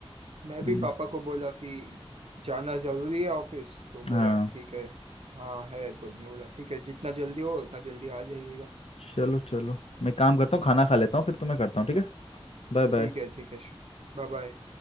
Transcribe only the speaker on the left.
हम्म,
हाँ
चलो चलो मैं काम करता हूँ खाना खा लेता हूँ फिर तुम्हें करता हूँ ठीक है Bye bye